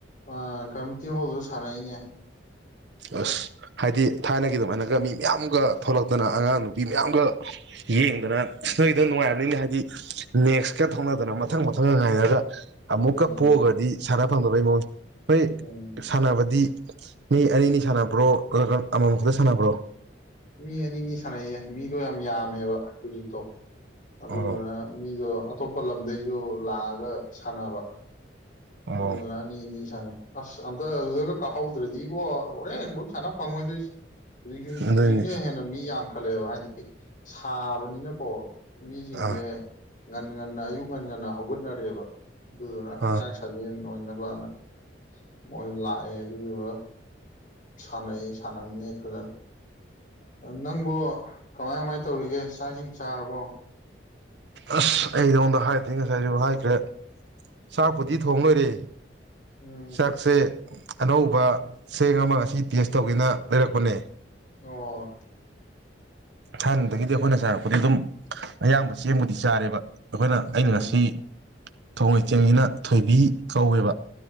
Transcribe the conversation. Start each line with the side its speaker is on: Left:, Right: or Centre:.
Left: ꯑ ꯀꯝꯃꯨꯅꯤꯇꯤ ꯍꯣꯜꯗꯨꯗ ꯁꯥꯟꯅꯩꯅꯦ
Right: ꯑꯁ ꯍꯥꯏꯗꯤ ꯊꯥꯏꯅꯒꯤ ꯑꯗꯨꯃꯥꯏꯅꯒ ꯃꯤ ꯃꯌꯥꯝꯒ ꯊꯣꯛꯂꯛꯇꯅ ꯑꯉꯥꯡ ꯅꯨꯕꯤ ꯃꯌꯥꯝꯒ ꯌꯦꯡꯗꯅ ꯅꯣꯏꯗꫭ ꯅꯨꯡꯉꯥꯏꯔꯝꯅꯤꯅꯦ ꯍꯥꯏꯗꯤ ꯅꯦꯛꯁꯀ ꯊꯣꯛꯅꯗꯅ ꯃꯊꯪ ꯃꯊꯪꯒ ꯉꯥꯏꯍꯜꯂꯒ ꯑꯃꯨꯛꯀ
Left: ꯎꯝ
Right: ꯄꯣꯒꯗꯤ ꯁꯥꯟꯅ ꯐꯪꯗꯕꯩ ꯃꯑꯣꯡ ꯍꯣꯏ
Left: ꯎꯝ
Right: ꯁꯥꯟꯅꯕꯗꯤ ꯃꯤ ꯑꯅꯤꯅꯤ ꯁꯥꯟꯅꯕ꯭ꯔꯣ ꯅꯠꯇ꯭ꯔꯒ ꯑꯃ ꯃꯝ ꯈꯛꯇ ꯁꯥꯟꯅꯕ꯭ꯔꯣ
Left: ꯃꯤ ꯑꯅꯤꯅꯤ ꯁꯥꯟꯅꯩꯌꯦ ꯃꯤꯗꯣ ꯌꯥꯝ ꯌꯥꯝꯃꯦꯕ ꯍꯧꯖꯤꯛꯇꯣ ꯑꯗꯨꯗꯨꯅ
Right: ꯑꯣ
Left: ꯃꯤꯗꯣ ꯑꯞ ꯑꯇꯣꯞꯄ ꯂꯝꯗꯩꯁꯨ ꯂꯥꯛꯑꯒ ꯁꯥꯟꯅꯕ
Right: ꯑꯣ
Left: ꯑꯗꯨꯗꯨꯅ ꯑꯅꯤ ꯑꯅꯤ ꯁꯥꯟꯅꯩ ꯑꯁ ꯑꯝꯇ ꯑꯗꯨꯗꯒ ꯀꯥꯍꯧꯗ꯭ꯔꯗꯤ ꯏꯕꯣ ꯍꯣꯔꯦꯟꯕꯧ ꯁꯥꯟꯅ ꯐꯪꯉꯣꯏꯗꯣꯏꯁꯤ ꯍꯧꯖꯤꯛꯁꯨꯝ
Right: ꯑꯗꯨꯏꯅꯦ
Left: ꯍꯧꯖꯤꯛꯅ ꯍꯦꯟꯅ ꯃꯤ ꯌꯥꯝꯈꯠꯂꯦꯕ ꯍꯥꯏꯗꯤ ꯁꯥꯕꯅꯤꯅꯀꯣ ꯃꯤꯁꯤꯡꯁꯦ
Right: ꯑꯥ
Left: ꯉꯟꯅ ꯉꯟꯅ ꯑꯌꯨꯛ ꯉꯟ ꯉꯟꯅ ꯍꯧꯒꯠꯅꯔꯦꯕ ꯑꯗꯨ ꯍꯛꯆꯥꯡ
Right: ꯑꯥ
Left: ꯁꯥꯖꯦꯟ ꯑꯣꯏꯅꯕꯅ ꯃꯣꯏ ꯂꯥꯛꯑꯦ ꯑꯗꯨꯗꯨꯒ ꯁꯥꯟꯅꯩ ꯁꯥꯟꯅꯃꯤꯅꯩ ꯐꯖꯅ ꯑꯝ ꯅꯪꯕꯨ ꯀꯃꯥꯏ ꯀꯃꯥꯏ ꯇꯧꯔꯤꯒꯦ ꯆꯥꯛ ꯏꯁꯤꯡ ꯆꯥꯔꯕꯣ
Right: ꯑꯁ ꯑꯩ ꯅꯉꯣꯟꯗ ꯍꯥꯏꯗꯨꯗꯤ ꯉꯁꯥꯏꯁꯨ ꯍꯥꯏꯈ꯭ꯔꯦ ꯆꯥꯛꯄꯨꯗꯤ ꯊꯣꯡ ꯂꯣꯏꯔꯦ
Left: ꯎꯝ
Right: ꯆꯥꯛꯁꯦ ꯑꯅꯧꯕ ꯆꯦꯡ ꯑꯃ ꯉꯁꯤ ꯇꯦꯁ ꯇꯧꯒꯦꯅ ꯂꯩꯔꯛꯄꯅꯦ
Left: ꯑꯣ
Right: ꯊꯥꯏꯅꯗꯒꯤꯗꯤ ꯑꯩꯈꯣꯏꯅ ꯆꯥꯔꯛꯄꯗꯤ ꯑꯗꯨꯝ ꯑꯌꯥꯝꯕ ꯆꯦꯡꯕꯨꯗꯤ ꯆꯥꯔꯦꯕ ꯑꯈꯣꯏꯅ ꯑꯩꯅ
Left: ꯑꯥ
Right: ꯉꯁꯤ ꯊꫭꯡꯏ ꯆꯦꯡꯁꯤꯅ ꯊꯣꯏꯕꯤ ꯀꯧꯋꯦꯕ